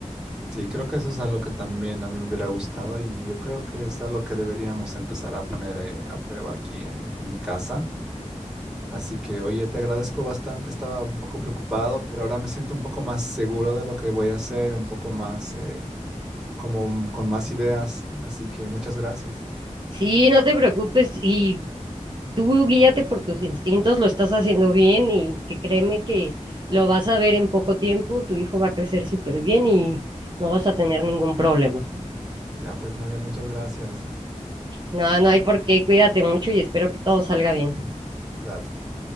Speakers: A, in the centre; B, on the right.
A: sí, creo que eso es algo que también a mí me hubiera gustado y yo creo que es algo que deberíamos empezar a poner eh, a prueba aquí en, en mi casa Así que, oye, te agradezco bastante, estaba un poco preocupado, pero ahora me siento un poco más seguro de lo que voy a hacer, un poco más, eh, como mm, con más ideas. Así que muchas gracias.
B: Sí, no te preocupes y tú guíate por tus instintos, lo estás haciendo bien y que créeme que lo vas a ver en poco tiempo, tu hijo va a crecer súper bien y no vas a tener ningún problema.
A: Ya, pues Nadia, muchas gracias.
B: No, no hay por qué, cuídate mucho y espero que todo salga bien.
A: Gracias.